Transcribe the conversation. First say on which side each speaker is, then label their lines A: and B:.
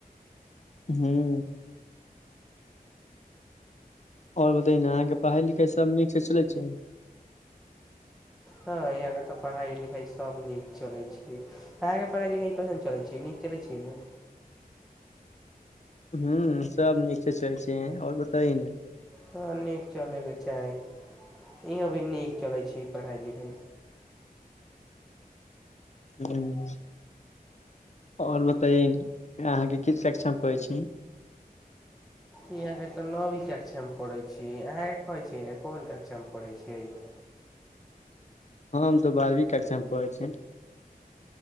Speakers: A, on the left; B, in the centre.
A: हँ आओर बतै ने अहाँके पढ़ाई लिखाइ सभ नीक से चलै छै
B: हँ यहा के तऽ पढ़ा लि खाइ सभ नीक चलैत छै अहाँके पढ़ाइ लिखाइ कइसन चलैत छै नीक चलैत छै ने
A: ह सब नीकसँ चै छैै आओर बता ने <inaudible>
B: हँ नीक चलैके चाही इहोँ भी नीक चलै छै पढ़ाइ लिखाइ
A: ह <unintelligible> आओर बताय अहाँके किछु सेक्षम पै छी
B: यहा के तो नवी कक्षा मे पढ़े छीयै अहाँ के कहे छै ने कोन कक्षा मे पढ़े छीयै ह <inaudible>
A: ह हम तऽ बारवीं कक्षामे पढ़ै छ